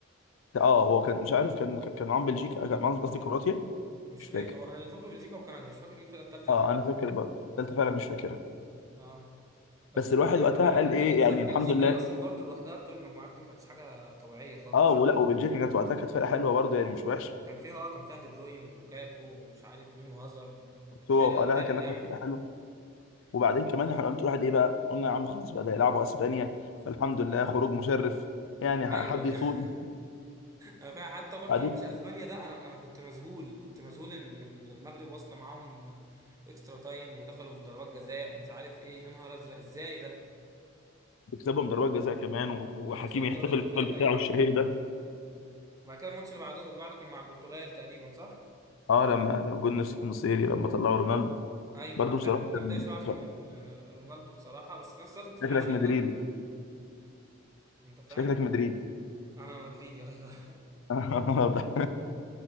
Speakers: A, on the left; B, on the right.
A: آه هو كان مش عارف كان كان معاهم بلجيكا آه، كان معاهم قصدي كرواتيا
B: مش
A: مش فاكر
B: فاكر هو انا اللي فاكره بلجيكا وكندا مش فاكر مين الفرقه الثالثه اللي
A: آه
B: كانت
A: أنا
B: معاهم
A: فاكر برضه التالتة فعلا مش فاكرها
B: اه بس
A: بس الواحد
B: آه،
A: وقتها
B: يعني فاهم
A: قال
B: ان انت
A: إيه
B: تكسب
A: يعني
B: بلجيكا
A: الحمد لله
B: دي اصلا برضه لوحدها في دور المجموعات دي ما كانتش حاجه طبيعيه خالص
A: آه ولا وبلجيكا كانت وقتها كانت فرقة حلوة برضه يعني مش وحشة
B: كان فيها اه كان فيها دي بروين ولوكاكو ومش عارف مين وهازارد
A: بس
B: كانت
A: هو
B: فرقه
A: آه، لا
B: فرقه
A: كان لا،
B: يعني
A: كانت فرقة حلوة وبعدين كمان احنا قلت واحد ايه بقى قلنا يا عم خلاص بقى ده يلعبوا اسبانيا فالحمد لله خروج مشرف يعني ح-
B: ايوه
A: حد يطول
B: <laughs> انا فا- حتى برضو
A: بعدين
B: ماتش اسبانيا ده انا انا كنت مذهول كنت مذهول ان إن المغرب واصله معاهم آه، اكسترا تايم ودخلوا في ضربات جزاء ومش عارف ايه يا نهار ازرق ازاي ده
A: بيكسبهم ضربات جزاء كمان و- وحكيمي
B: وتكسبوا
A: يحتفل
B: ضربات جزاء
A: بالفعل بتاعه
B: ايوه
A: الشهير ده
B: وبعد كده الماتش اللي بعده اللي بعده كان مع البرتغال تقريبا صح
A: اه لما لو جولنا في النصيري لما طلعوا رونالدو
B: ايوه
A: برضو
B: انا ساعتها
A: بصراحه
B: كنت
A: كان
B: متضايق شويه عشان
A: كان-
B: آه، رونالدو بصراحه بس في نفس الوقت كنت فرحان
A: شكلك
B: عشان
A: مدريدي
B: المغرب انت فاهم
A: شكلك مدريدي
B: انا مدريدي ايوه
A: <laughs> واضح